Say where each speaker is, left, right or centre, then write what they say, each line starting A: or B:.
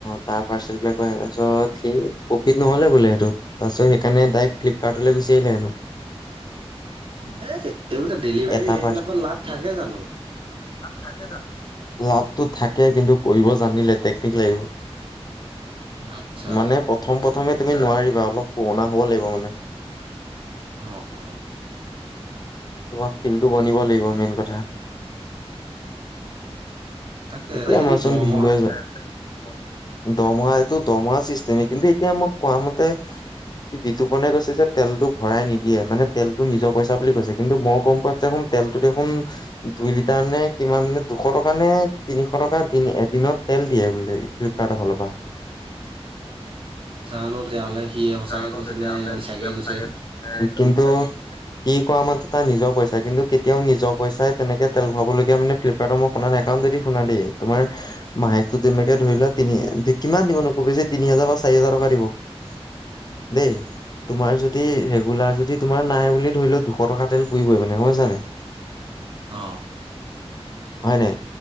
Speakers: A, on the left; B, on the right.
A: আ পাৰ্চেলবিলাক আহ তাৰপিছত সেই প্ৰফিট নহ'লে বোলে সেইটোত তাৰপিছত সেইকাৰণে ডৰেক্ট ফ্লিপকাৰ্টলৈ গুচি আহিলে
B: হে এইবিলাক ডেলিভাৰী
A: এটা
B: সেইবিলাকৰ লাভ থাকে জানো
A: তাকেত <unintelligible> লাভটো থাকে কিন্তু কৰিব জানিলে টেকনিক লাগিব
B: আচ্ছা
A: মানে প্ৰথম প্ৰথমে তুমি নোৱাৰিবা অলপ পুৰণা হ'ব লাগিব মানে
B: অঁ অঁ
A: তমত ফিলো <unintelligible> বনিব লাগিব মেইন কথা
B: তাকে
A: এতিয়া
B: সেইটো
A: মমাৰচোন
B: দৰমহা
A: ভিনন্দুৱে য দমহা এইটো দমহা চিষ্টেম কিন্তু এতিয়া মোক কোৱা মতে সি বিতুপনে কৈছে যে তেলটো <unintelligible> ভৰাই নিদিয়ে মানে তেলতটো নিজৰ পইচা বুলি কৈছে কিন্তু মই গম পোৱা দেখোন তেলতো দেখোন দুই লিটাৰ নে কিমান দুশ টকা নে তিনিশ টকা এদিনত তেল দিয়ে বোলে। ফ্লিপকাৰ্টৰ ফালৰ পৰা
B: জানো তেতিয়াহলে, সিয়ে সঁচাকে
A: জানো
B: কৈছে
A: তেতিয়াহ'লে
B: নে, মিছাকেই
A: কি সঁচাকে
B: কৈছে?
A: কিন্তু কি কোৱা মতে তাৰ নিজৰ পইচা কিন্তু কেতিয়াও নিজৰ পইচাই তেনেকে তেল ভৰাবলগীয়া মানে ফ্লিপকাৰ্ট মই শুনা নাই একা যদি শুনা দেই তোমাৰাহেকটো যেনেকে ধৰিলোৱা তিনি কিমান দিব ন কো বেি তিনি হাজাৰ প। চিহাজৰ টকা দিব <unintelligible> দেই
B: অ
A: তোমাৰ যদি যদি ৰেগুলাৰ যদি তোমাৰ নাই বুলি ধৰি লও দুশ টকা তেল পুৰিবই মানে হয়য়ছানে
B: অ
A: হয় নে